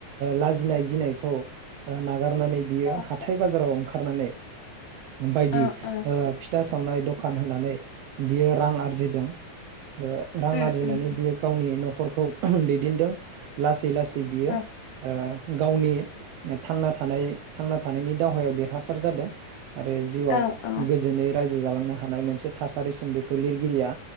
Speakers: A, on the right; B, on the left.
A: लाजिनाय ओ गिनायखौ ओ नागार नानै बियो
B: औ
A: हाथाय बाजाराव खारनानै बायदि
B: औ औ
A: ओ फिथास सावनाय दखान होनानै बियो रां आरजिदों। ओ रां
B: उम
A: आरजिनानै
B: उम
A: बियो गावनि न'खर खौ दैदेनदों लासै लासै थि बियो
B: औ
A: ओ गावनि ओब थांना थानाय थांना थानायनि दावहायाव देरहासार जादों। आरो जिउआव
B: औ औ
A: गोजोनै राज्य जोजालांनो हानाय मोनसे थासारिसिम बेखौ लिरगिरिया